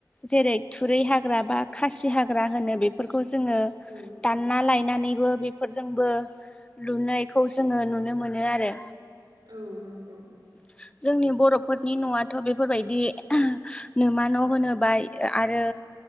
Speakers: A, on the left; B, on the right.
A: जेरै थुरै हाग्रा बा खासि हाग्रा होनो बेफोरखौ जोङो।
B: औ।
A: दानना लायनानैबो बेफोरजोंबो लुनायखौ जोङो नुनो मोनो आरो।
B: औ नंगौ।
A: <inaudible> जोंनि बर'फोरनि न'आथ' बेफोरबायदि नोमा न' होनोबाय आरो।